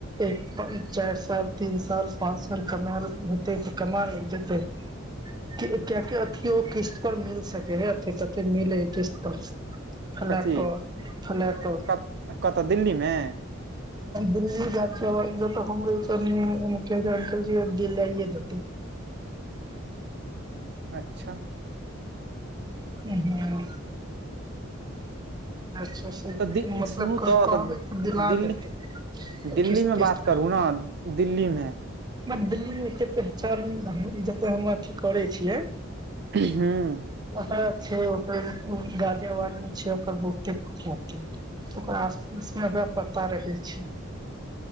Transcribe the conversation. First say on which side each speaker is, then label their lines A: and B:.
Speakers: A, on the right (about 20°); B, on the right (about 55°).
A: एक चारि साल तीन साल पाँच साल कमा होतै तऽ कमा ल जेतै क्य क अथिी ओ किस्त पर मिल सकै है अथ तथ मिले किस पर फ्लैटो
B: कथी
A: फ्लैटो
B: कत कतय दिल्लीमे
A: दिल्ी राज्य बाजज तऽ कंग्रेसनी मुख्यमत्री अंकल जी द ल यतत
B: अच्छा
A: ह छ से
B: तऽ दि
A: मतलब
B: सुनू
A: कहबै
B: तऽ
A: तऽ दिला
B: दिल्ली
A: देतै
B: दिल्ली
A: किस्त
B: मे
A: तिस्त
B: बात करू ने दिल्ली मे
A: हम दिल्ली मे एे पहचान जते हम अथी करे छियै
B: हँ
A: ओत ल छै ओकर ग ज आदमी छै ओकर बुटे खत ओकर आस पास मेरा पता रहे छै